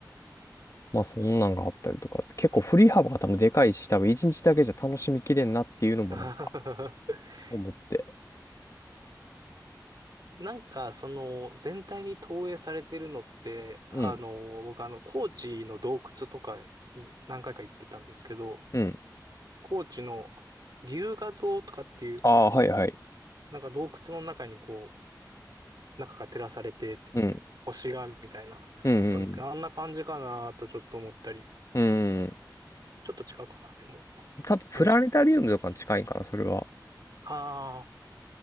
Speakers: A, on the left; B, on the right.
A: まあそんなんがあったりとか、結構振り幅が多分でかいし、
B: はい。
A: 多分一日だけじゃ楽しみきれんなっていうのもなんか
B: <laughs>
A: 思って。
B: なんか、その、全体に投影されてるのって、あの、
A: うん、
B: 僕あの、高知の洞窟とかに何回か行ってたんですけど、
A: うん。
B: 高知の龍河洞とかっていう、
A: ああ、はいはい。
B: なんか洞窟の中にこう、中が照らされてて、
A: うん、
B: 星がみたいな、だったんですけど、
A: うん、
B: あんな感じかなとちょっと思ったり、
A: うん、うん。
B: ちょっと違うかな、でも。
A: 多分プラネタリウムとかに近いんかな、
B: あれし、
A: それは。
B: あー、